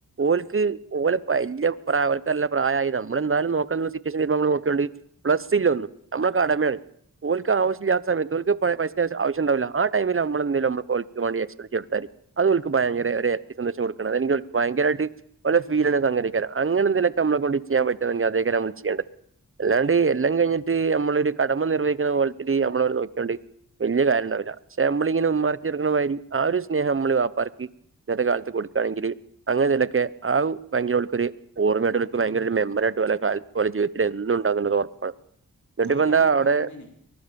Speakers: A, on the right (about 35°); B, on the left (about 55°).
A: ഓൽക്ക് ഓല <unintelligible> പ്രായായി യ നമ്മൾെന്തായാലും നോക്കാ സിറ്റുവേഷൻ നമ്മൾ നോക്കിയണ്ട് പ്ലസ്സില്ല ന്നും നമ്മള കടമേണ്‌. ഓല്ക് ആശ്യില്ലാത്ത സമയത്ത്ഓല്ക് പൈസ ആശ്യംണ്ടാവില്ല ആ ടൈമില് നമ്മളെന്തേലും നമ്മ ഓല്ക്വേണ്ടി എക്സ്പെൻ ചെയ്തൊടുത്താല് അത്ഓൾക്ക് ഭയങ്കര ഒര് ഇരട്ടി സന്തോഷം കൊടുക്കണ <inaudible> ഭയങ്കരമായിട്ട് ഫീൽ ചെയ്ത സംഗതിയൊക്കെയാണ് അങ്ങനെ നമ്മളെ കൊണ്ട് ചെയ്യാ പറ്റെന്നത്തേയ്ക്കാരം നമ്മള് ചെയ്യേണ്ടേ അല്ലാണ്ട് എല്ലാം കഴിഞ്ഞിട്ട് നമ്മളൊരു കടമ നിർവഹിക്കുന്ന പോലെ നമ്മള അവരെ നോക്കിയോണ്ട് വലിയകാര്യം ണ്ടാവൂല ഷേ അമ്മളീങ്ങനെ ഉമ്മാര്ക് റങ്‌ണ വയി ആ ഒരു സ്നേ നമ്മള വാപ്പാർക്ക് ഇന്നത്തെ കാലത്ത് കൊടുകാണങ്ങില് അങ്ങനെ <inaudible> ഇതൊക്ക <unintelligible> വീട്ടർക് ഭയങ്കര ഒരു മെമ്മറിയാട്ട് ഓല കാലത്തുംജീവിതതിലെന്നുണ്ടാവൂന്നു ഉറപ്പാണ് എന്നിട്ട്
B: അയിന്
A: ഇപ്പ എന്താ
B: മ്മളെ
A: അവിടെ
B: കടമേനെ